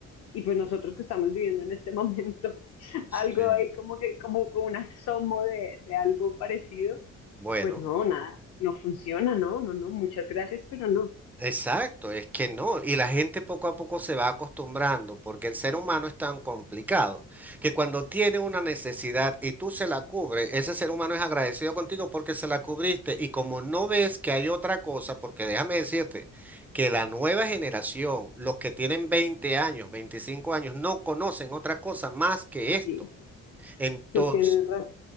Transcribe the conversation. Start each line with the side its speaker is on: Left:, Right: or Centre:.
Left: Y pues nosotros que estamos viviendo en este momento <laughs>
Centre: sí.
Left: algo ahí como que, como con un asomo de, de algo parecido,
Centre: Bueno.
Left: pues no, nada, no funciona, no, no, no, muchas gracias, pero no.
Centre: Exacto, es que no, y la gente poco a poco se va acostumbrando, porque el ser humano es tan complicado que cuando tiene una necesidad y tú se la cubres, ese ser humano es agradecido contigo porque se la cubriste y como no ves que hay otra cosa, porque déjame decirte que la nueva generación, los que tienen 20 años, 25 años, no conocen otra cosa más que esto.
Left: Sí,
Centre: Entonces,
Left: tú tienes razón.